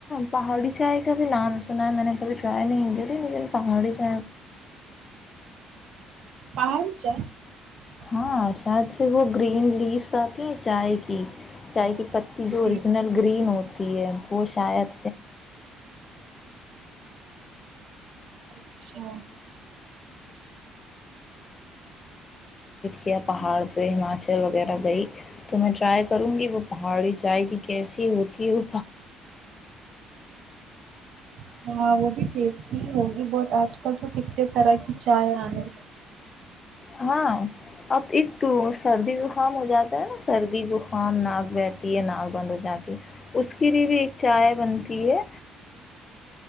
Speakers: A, on the left (about 35°); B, on the right (about 65°).
A: پہاڑی چائل کا بھی نام سنا ہے میں نے کبھی ڈرائے نہیں دی لیکن پہاڑی <inaudible>
B: <unintelligible>
A: ہاں شاید سے وہ گرین لیف اتی ہے چائے کی چائے کی
B: جی
A: اوریجنل
B: جی
A: گرین ہوتی ہے وہ شاید
B: اچھا
A: <inaudible> <unintelligible> <unintelligible> پہاڑ سے وغیرہ گئی تو میں ٹرائی کروں گی وہ پہاڑی چائے کیسی ہوتی ہوں
B: <unintelligible>
A: ہاں اس کو سردی میں کام ہو جاتا ہے نا سردی دکان نہ رہتی ہے ناگن ہو جاتی ہے اس کے لیے بھی ایک چائے بنتی ہے